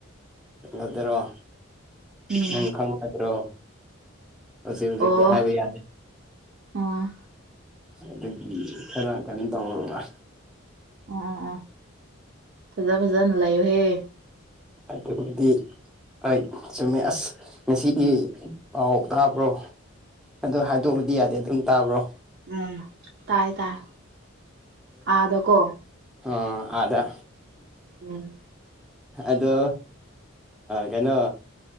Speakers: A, in the centre; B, on the right.
A: ꯠꯂꯗꯔꯣ
B: ꯎꯝ
A: ꯅꯝ ꯈꯪꯉꯗ꯭ꯔꯣ ꯍꯧꯖꯤꯛ ꯍꯧꯖꯤꯛꯀꯤ
B: ꯑꯣ ꯑꯣ
A: ꯍꯥꯏꯕ ꯌꯥꯗꯦ
B: ꯑꯣ
A: ꯑꯗꯨꯗꯒꯤ ꯈꯔ ꯀꯩꯅꯣꯝ ꯇꯧꯕ
B: ꯑꯣ ꯑꯣ ꯐꯖꯥ ꯐꯖꯅ ꯂꯩꯥꯏꯣꯍꯦ
A: ꯑꯠꯇ ꯀꯗꯤ ꯍꯣꯏ ꯆꯨꯝꯃꯦ ꯑꯁ ꯉꯁꯤꯒꯤ ꯄꯥꯎ ꯇꯥꯕ꯭ꯔꯣ ꯑ ꯍꯥꯏꯗꯣꯛꯎꯗꯤ ꯌꯥꯗꯦ ꯑꯗꯨꯝ ꯇꯥꯕ꯭ꯔꯣ
B: ꯎꯝ ꯇꯥꯏ ꯇꯥꯏ ꯑꯗ ꯀꯣ
A: ꯑ ꯑꯗ
B: ꯎꯝ
A: ꯑꯗꯣ ꯀꯩꯅꯣ